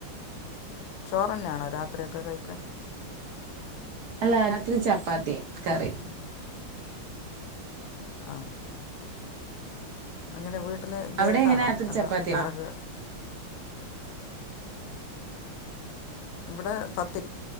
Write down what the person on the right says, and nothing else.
അല്ല രാത്രി ചപ്പാത്തിയും കറി.
അവിടെ എങ്ങനെ രാത്രി
ചപ്പാത്തിയാ